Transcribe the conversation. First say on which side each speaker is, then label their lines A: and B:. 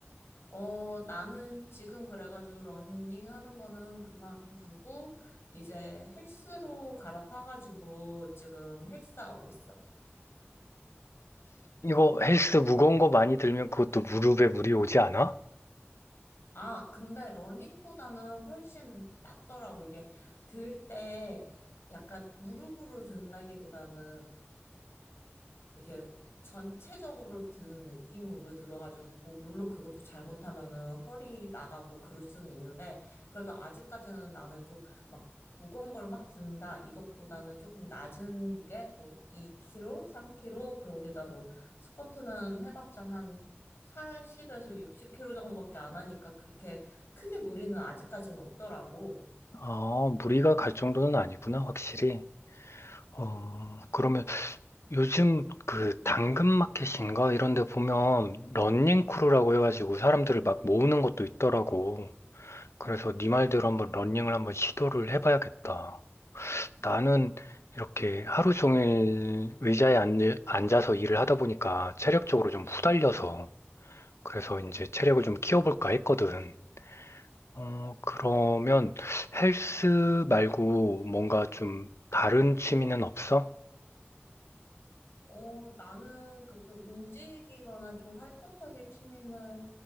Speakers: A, on the left; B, on the left.
A: 어, 나는 지금 그래가지고 러닝 하는 거는 그만두고 이제 헬스로 갈아타가지고 지금 헬스하고 있어.
B: 이거 헬스 무거운 거 많이 들면 그것도 무릎에 무리 오지 않아?
A: 아, 근데 러닝보다는 훨씬 낫더라고. 이게 들 때 약간 무릎으로 든다기보다는 이렇게 전체적으로 드는 느낌으로 들어가지고 뭐 물론 그것도 잘못하면은 허리 나가고 그럴 수는 있는데 그래도 아직까지는 나는 좀 막 무거운 걸 막 든다 이것보다는 조금 낮은 무게 뭐 2kg, 3kg 그러게다 뭐 스쿼트는 해봤자 한 40에서 60kg 정도밖에 안 하니까 그렇게 크게 무리는 아직까지는 없더라고.
B: 아, 무리가 갈 정도는 아니구나, 확실히. 어, 그러면 요즘 그 당근마켓인가 이런 데 보면 런닝 크루라고 해가지고 사람들을 막 모으는 것도 있더라고. 그래서 네 말대로 한번 런닝을 한번 시도를 해봐야겠다. 나는 이렇게 하루 종일 의자에 앉- 앉아서 일을 하다 보니까 체력적으로 좀 후달려서 그래서 이제 체력을 좀 키워볼까 했거든. 어, 그러면 헬스 말고 뭔가 좀 다른 취미는 없어?
A: 어, 나는 그렇게 움직이거나 좀 활동적인 취미는